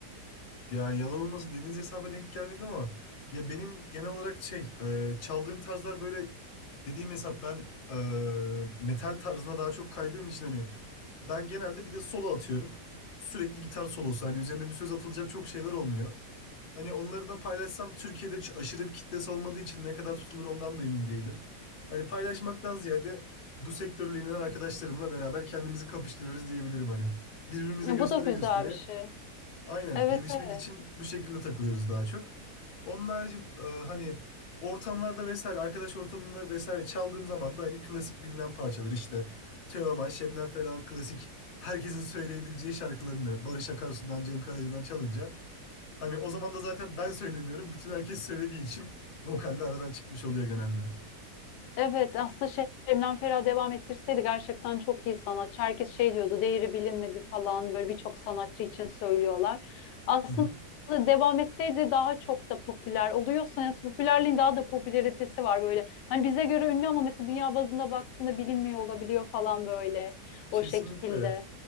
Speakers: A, on the left; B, on the left.
A: Ya yalan olması dediğiniz hesaba denk gelmedim ama ya benim genel olarak şey e, çaldığım tarzlar böyle dediğim hesap ben e, metal tarzına daha çok kaydığım için hani ben genelde bir de solo atıyorum. Sürekli gitar solosu hani üzerine bir söz atılacak çok şeyler olmuyor. Hani onları da paylaşsam Türkiye'de hiç aşırı bir kitlesi olmadığı için ne kadar tutulur ondan da emin değilim. Hani paylaşmaktan ziyade bu sektörle ilgilenen arkadaşlarımla beraber kendimizi kapıştırırız diyebilirim hani. Birbirimize
B: E,
A: göstere
B: bu da güzel
A: göstere
B: bir şey.
A: aynen
B: Evet
A: gelişmek
B: evet.
A: için bu şekilde takılıyoruz daha çok. Onun harici e, hani ortamlarda vesaire arkadaş ortamında vesaire çaldığım zaman da hani klasik bilinen parçalar işte Teoman, Şebnem Ferah'ın klasik herkesin söyleyebileceği şarkılarını Barış Akarsu'dan, Cem Karaca'dan çalınca Hani o zaman da zaten ben söylemiyorum. Bütün herkes söylediği için vokalde aradan çıkmış oluyor genelde.
B: Evet aslında şey, Şebnem Ferah devam ettirseydi gerçekten çok iyi sanatçı. Herkes şey diyordu değeri bilinmedi falan böyle birçok sanatçı için söylüyorlar. Aslında
A: Hı hı.
B: devam etseydi daha çok da popüler oluyorsa yani popülerliğin daha da popülaritesi var böyle. Hani bize göre ünlü ama mesela dünya bazında baktığında bilinmiyor olabiliyor falan böyle
A: Kesinlikle.
B: o şekilde.